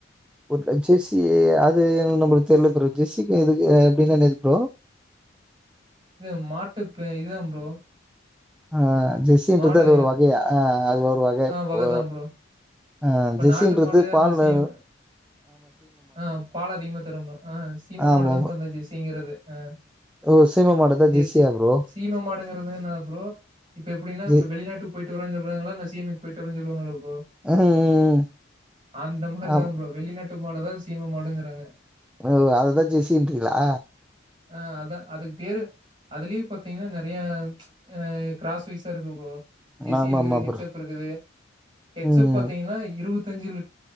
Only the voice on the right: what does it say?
இது மாட்டு பே இதுதா ப்ரோ
மாடு
ஆ
வகை தான் ப்ரோ.
இப்ப
நாட்டு மாடு
அந்த சீம ஆ பால் அதிகமா தரும் ப்ரோ ஆ சீம
மாடுதா அந்த ஜெஸ்சசீங்கிறது அ
ஜெஸ்சி
சீம மாடுங்கறதுனா என்ன ப்ரோ இப்ப எப்டின்னா
இப்ப வெளிநாட்டு போயிட்டு வரன் சொல்லுவாங்களா இல்ல சீமைக்கு போய்ட்டு வரனு சொல்லுவாங்கள ப்ரோ
அந்த மாரிதா
ப்ரோ வெளிநாட்டு மாடுதா சீமா மாடுங்குறாங்க
ஆ அதான் அதுக்கு பேரு அதுலயும் பாத்தீங்கன்னா நிறைய ஆ கிராஸ் வைஸா இருக்கு ப்ரோ ஜெசி
இருக்குது
ஹெச்
எப் இருக்குது ஹெச்
எப் பாத்தீங்கன்னா இருபத்தஞ்சு ல